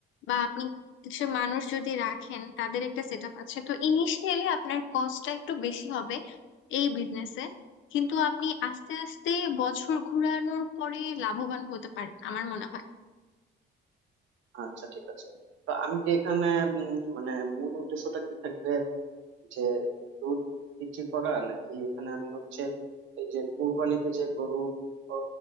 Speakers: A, on the left (about 75°); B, on the right (about 75°).
A: বা আপনি কিছু মানুষ যদি রাখেন তাদের একটা সেট আপ আছে তো ইনিশিয়ালি আপনার কস্টটা একটু বেশি হবে এই বিজনেসে কিন্তু আপনি আস্তে আস্তে বছর ঘোরানোর পরে লাভবান হতে পারেন আমার মনে হয়
B: আচ্ছা ঠিক আছে তো আমি কি এখানে উম, মানে মূল উদ্দেশ্যটা কি থাকবে যে দুধ বিক্রি করা নাকি এখানে আমি হচ্ছে এই যে কুরবানিতে যে গরু ও,